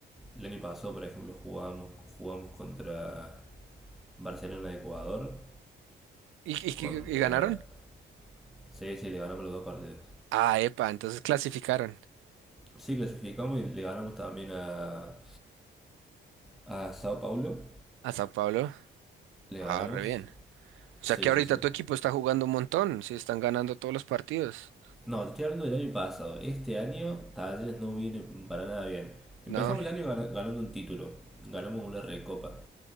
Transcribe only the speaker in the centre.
el año pasado, por ejemplo, jugamos, jugamos contra Barcelona de Ecuador,
contra
CS y le ganamos los dos partidos.
Sí, clasificamos y le ganamos también a, a Sao Paulo.
Le
ganamos.
Sí,
sí, sí.
No, te estoy hablando del año pasado. Este año Talleres no viene para nada bien.
Empezamos el año gan- ganando un título. Ganamos una recopa.